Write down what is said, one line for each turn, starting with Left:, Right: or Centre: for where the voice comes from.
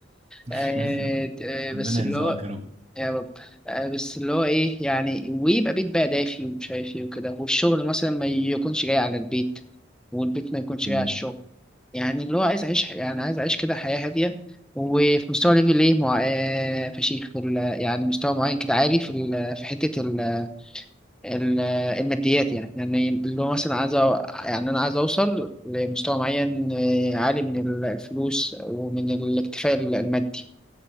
Right: <laughs>
Centre: آه، ت- آه،
Right: ربنا
Centre: بس اللي
Right: يرزقك
Centre: هو
Right: يا رب
Centre: يا رب آه، بس اللي هو إيه يعني ويبقى بيت بقى دافي ومش عارف إيه وكده والشغل مثلا ما يكونش جاي على البيت والبيت ما يكونش
Right: مم.
Centre: جاي على الشغل يعني اللي هو عايز اعيش ح- يعني عايز اعيش كده حياة هادية وفي مستوى ليفل ايه مع... آه، فشيخ في ال... يعني مستوى معين كده عالي في ال... في حتة ال... ال... الماديات يعني يعني اللي هو مثلا عايز أ... يعني انا عايز اوصل لمستوى معين آه، عالي من ال- الفلوس ومن الاكتفاء المادي